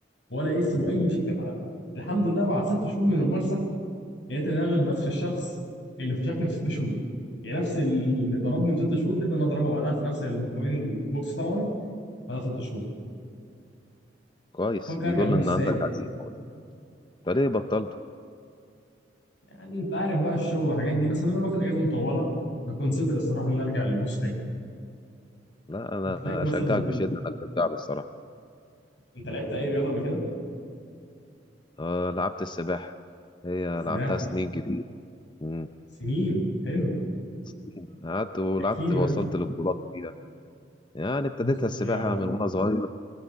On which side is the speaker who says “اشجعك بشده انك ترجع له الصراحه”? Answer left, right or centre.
Left